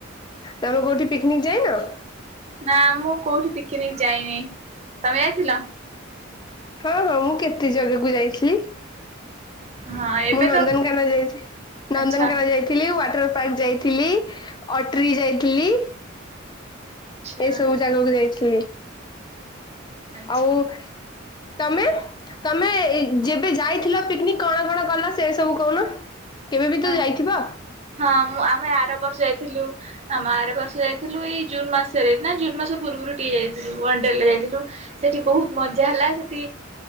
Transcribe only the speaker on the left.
ତମେ କୋଉଠି ପିକନିକ୍ ଯାଇନ?
ହଁ ହଁ ମୁଁ କେତେ ଜାଗାକୁ ଯାଇଥିଲି।
ମୁଁ ନନ୍ଦନକାନ
ଯାଇଛି ନନ୍ଦନକାନ
ଯାଇଥିଲି ୱାଟରପାର୍କ ଯାଇ ଥିଲି ଅଟ୍ରି ଯାଇଥିଲି।
ଏସବୁ ଜାଗାକୁ ଯାଇଥିଲି।
ଆଉ ତମେ ତମେ ଯେବେ ଯାଇଥିଲ ପିକନିକ୍ କଣ କଣ ଗଲ ସେ ସବୁ କହୁନ କେବେବି
ତ ଯାଇଥିବ?